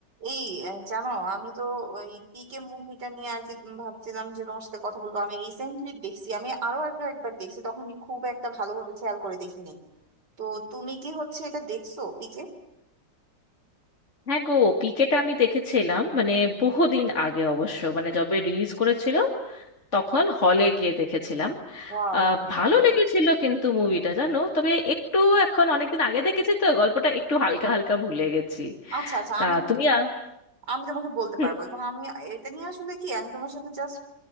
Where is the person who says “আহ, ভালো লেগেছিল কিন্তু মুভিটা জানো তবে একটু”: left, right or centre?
Left